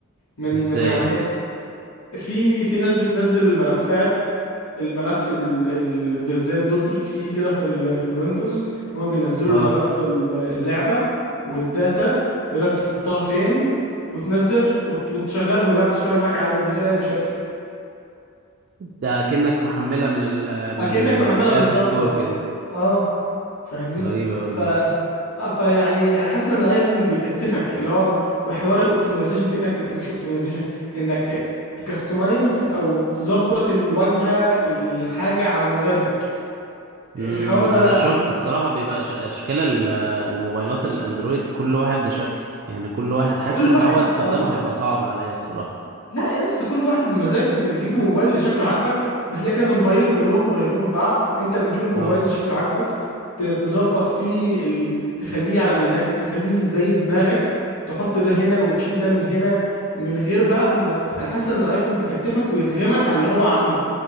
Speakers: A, on the left (about 80°); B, on the right (about 45°).
A: من
B: ازاي
A: من على
B: يعني
A: النت في في ناس بتنزل الملفات الملف ال... ال... زي الدوت اي اكس اي كده في ال... في الويندوز هما بينزلوا
B: اه
A: الملف ال- اللعبه والداتا ويقول لك تحطها فين وتنزلها وت... وتشغلها واللعبه تشتغل معاك عادي من غير اي مشاكل
B: ده كأنك محملها من ال
A: اكنك
B: من الاب
A: محملها بالظبط
B: ستور
A: اه
B: كده
A: اه فاهمني
B: غريبة
A: ف
B: اوي دي
A: اه فيعني انا حاسس ان الايفون بيكتفك اللي هو وحوار الاوبتمايزيشن في انك مش اوبتمايزيشن انك تكستمايز او تظبط الواجهه الحاجه على مزاجك
B: امم
A: الحوار ده
B: انا
A: لا
B: شفت
A: انت
B: الصراحه بيبقى ش- اشكال ال- الموبايلات الاندرويد كل واحد بشكل يعني كل واحد حاسس
A: كل
B: ان
A: واحد
B: هو استخدامه
A: اه
B: هيبقى صعب عليا الصراحه
A: لا يا اسطى كل واحد بمزاج انت بتجيب الموبايل اللي شكله عاجبك بتلاقي كذا موبايل كلهم قريبين من بعض انت بتجيب الموبايل
B: اه
A: اللي شكله عاجبك ت- تظبط فيه ال... تخليه على مزاجك تخليه زي دماغك تحط ده هنا وتشيل ده من هنا من غير بقى ما ت... انا حاسس ان الايفون بيكتفك ويرغمك على اللي هو عامله